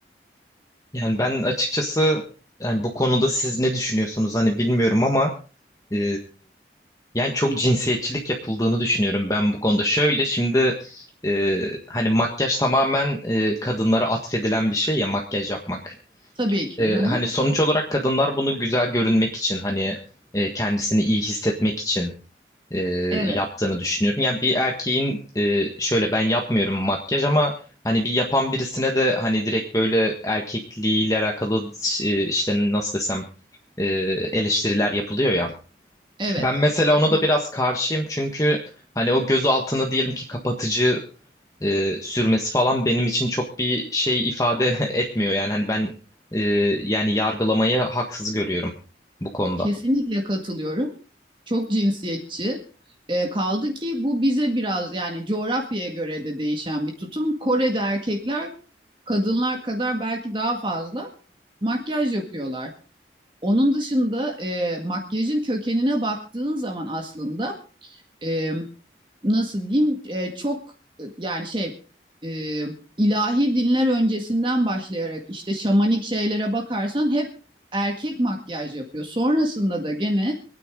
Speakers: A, on the left; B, on the right.
A: Yani ben açıkçası yani bu konuda siz ne düşünüyorsunuz hani bilmiyorum ama e, yani çok cinsiyetçilik yapıldığını düşünüyorum ben bu konuda. Şöyle şimdi e, hani makyaj tamamen e, kadınlara atfedilen bir şey ya makyaj yapmak.
B: Tabii ki.
A: E,
B: Hı hı.
A: hani sonuç olarak kadınlar bunu güzel görünmek için hani e, kendisini iyi hissetmek için e,
B: Evet.
A: yaptığını düşünüyorum. Yani bir erkeğin e, şöyle ben yapmıyorum makyaj ama hani bir yapan birisine de hani direkt böyle erkekliğiyle alakalı e, işte nasıl desem e, eleştiriler yapılıyor ya.
B: Evet.
A: Ben mesela ona da biraz karşıyım çünkü hani o göz altını diyelim ki kapatıcı e, sürmesi falan benim için çok bir şey ifade <laughs> etmiyor yani hani ben e, yani yargılamayı haksız görüyorum bu konuda.
B: Kesinlikle katılıyorum. Çok cinsiyetçi. E, kaldı ki bu bize biraz yani coğrafyaya göre de değişen bir tutum. Kore'de erkekler kadınlar kadar belki daha fazla makyaj yapıyorlar. Onun dışında e, makyajın kökenine baktığın zaman aslında e, nasıl diyeyim e, çok e, yani şey e, ilahi dinler öncesinden başlayarak işte şamanik şeylere bakarsan hep erkek makyaj yapıyor. Sonrasında da gene